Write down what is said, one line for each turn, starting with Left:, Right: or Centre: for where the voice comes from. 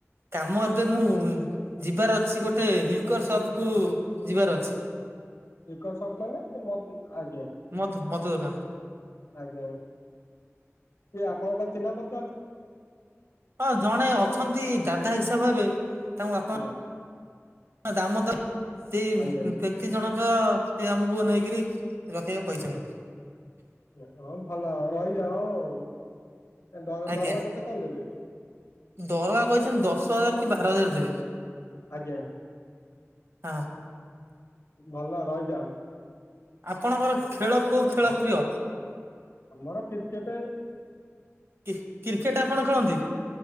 Right: କାମ ଏବେ ମୁଁ ଯିବାର ଅଛି ଗୋଟେ ଲିକର୍ ସପ୍ କୁ ଯିବାର ଅଛି।
Left: ଲିକର୍ ସପ୍ ମାନେ ଏ ମଦ୍? ଆଜ୍ଞା।
Right: ମଧୁ ମଦ ଦୋକାନ।
Left: ଆଜ୍ଞା ସିଏ ଆପଣଙ୍କ ଚିହ୍ନା ପରି
Right: ହଁ ଜଣେ ଅଛନ୍ତି ଦାଦା ହିସାବ ହେବେ ତାଙ୍କୁ ଆପଣ
Left: ଆଜ୍ଞା
Right: ଦାମୋଦର ସେଇ
Left: ଆଜ୍ଞା
Right: କୁ ଙ୍କେ ବ୍ୟକ୍ତି ଜଣଙ୍କ ସେ ଆମୁକୁ ନେଇକିରି ରଖିଆକୁ କହିଛନ୍ତି।
Left: ଏଁ ହଁ ଭଲ ରହିଯାଅ ଆଉ, ଏଁ ଦର
Right: ଆଜ୍ଞା
Left: ଦରମା କେତେ କଁ ଦେବେ?
Right: ଦରମା କହିଛନ୍ତି ଦଶ ହଜାର୍ କି ବାର ହଜାର୍ ଦେବେ।
Left: ଆଜ୍ଞା
Right: ହଁ
Left: ଭଲ ରଇଯାଅ।
Right: ଆପଣଙ୍କର ଖେଳ କୋଉ ଖେଳ ପ୍ରିୟ?
Left: ଆମର କିର୍କେଟେ।
Right: କି କ୍ରିର୍କେଟେ ଆପଣ ଖେଳନ୍ତି?